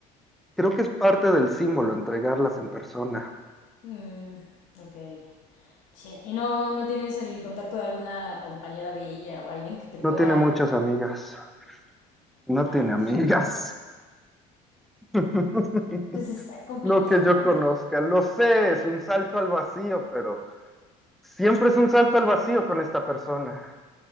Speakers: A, in the centre; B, on the left.
A: creo que es parte del símbolo entregarlas en persona.
B: Mm, ok. Che, ¿Y no, no tienes el contacto de alguna compañera de ella o alguien que te
A: No
B: pueda
A: tiene muchas amigas. No
B: Rayos.
A: tiene amigas. <laughs>
B: Pues está complicado.
A: No que yo conozca, lo sé, es un salto al vacío, pero siempre es un salto al vacío con esta persona.